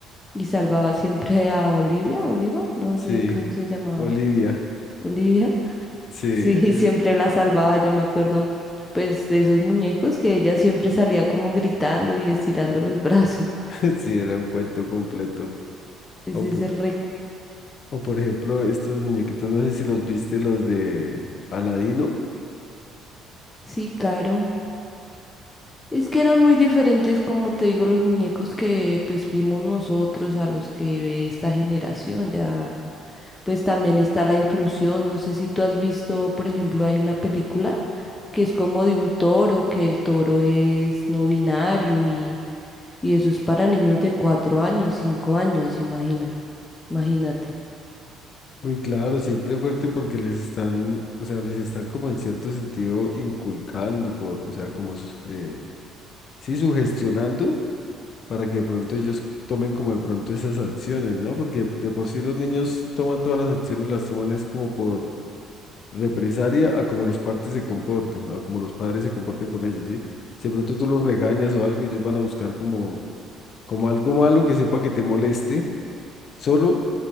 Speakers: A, on the left; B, on the left.
A: Y salvaba siempre a Olivia, Oliva, no
B: sí,
A: sé cómo se llamaba.
B: Olivia,
A: Olivia.
B: sí,
A: Sí,
B: era-
A: <laughs> siempre la salvaba, yo me acuerdo pues de esos muñecos que ella siempre salía como gritando y estirando los <laughs> brazos.
B: <laughs> sí, era un cuento completo.
A: Ese
B: O, po-
A: Es el rec...
B: o, por ejemplo, estos muñequitos, no sé si los viste, los de Aladino.
A: Sí, claro. Es que eran muy diferentes, como te digo, los muñecos que pues vimos nosotros a los que ve esta generación. Ya pues también está la inclusión. No sé si tú has visto, por ejemplo, hay una película que es como de un toro, que el toro es no binario y Y eso es para niños de cuatro años, cinco años, imagina, imagínate.
B: Uy, claro, siempre fuerte porque les están, o sea, les están como en cierto sentido inculcando por, o sea, como, sus- eh, sí, sugestionando para que de pronto ellos tomen como de pronto esas acciones, ¿no? Porque de por sí los niños toman todas las acciones, las toman es como por represalia a como los padres se comporten, a como los padres se comporten con ellos, ¿sí? Si de pronto tú los regañas o algo, ellos van a buscar como, como algo malo que sepa que te moleste, solo